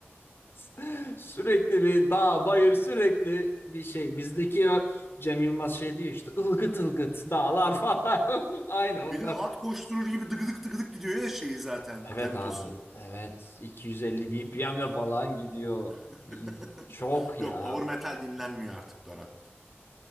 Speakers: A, on the left; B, in the centre.
A: <laughs> Sürekli bir dağ, bayır, sürekli bir şey. Bizdeki o Cem Yılmaz şey diyor işte ılgıt ılgıt dağlar falan. <laughs> Aynı
B: Bir
A: onlar.
B: de at koşturur gibi dıgıdık dıgıdık gidiyor ya şeyi zaten
A: Evet
B: temposu.
A: abi. Evet. 250 BPM'le falan gidiyor.
B: <laughs>
A: Çok
B: Yok
A: ya.
B: power metal dinlenmiyor artık Berat.